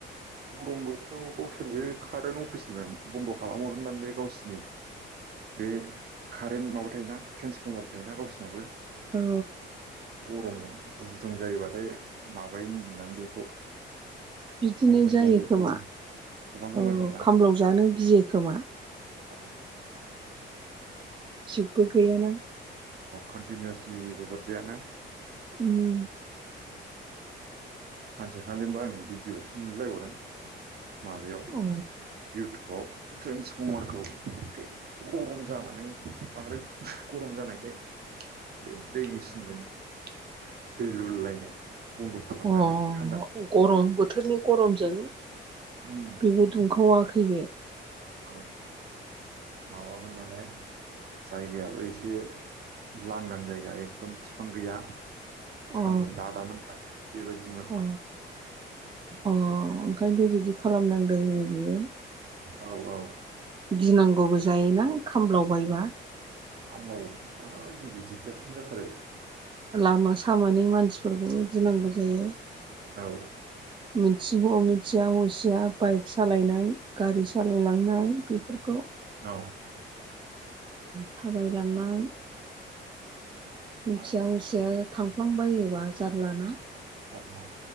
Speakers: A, on the right; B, on the right.
A: गरम बोथोराव गावसोरबो कारेन्ट अफिसनिफ्राय बन्द' खालामहरो दांलै गावसिनि बे कारेन्ट माबा थायोना ट्रेन्सफर्मार थायोना गावसिनावबो
B: औ
A: गरमजों गुुदुं जायोबाथाय माबायोनो‌ नोंथां बेखौ
B: बिदिनो
A: सम सम
B: जायो
A: बन्द'
B: खोमा
A: खालाम होनांगोनदां
B: औ खामलाव जानो गियो खोमा
A: औ
B: थिगबो गैयाना
A: कन्टिनिउसलिबो हरजायाना
B: उम
A: सानसेखालिबा आं भिडिअआवसो नुलायलायबावदों। माबायाव
B: अ
A: इउटुबाव ट्रेन्सफर्मारखौ गरम जानानै बांद्राय गरम जानायखाय बे दै मेसिनजों दै लुलायनाय बन्द' खालामनानै
B: अ
A: थान्दा
B: गरम बोथोरनि गरमजों
A: उम
B: बेबो दुंखावाखै बे
A: औ माबामोन नालाय जायगायावाब एसे लांदां जायगा एकदम बिफां गैया सान्दुं
B: अ
A: दादा नांथारो बेबायदिमोन
B: अ अ ओंखायनोथ' बिदि खालामनांदों बियो
A: औ औ
B: गिनांगौबो जायोना खामलावबायबा
A: खामलाव माबायदि <unintelligible> जाथारो
B: लामा सामानि मानसिफोरखौबो गिनांगौ जायो
A: औ
B: मिथि बावनो मिथिया असिया बाइक सालायनाय गारि सालायलांनाय बेफोरखौ
A: औ
B: थाबायलांनाय मिन्थिया
A: आरो
B: उसिया थां फां बायोबा जारलाना
A: जारला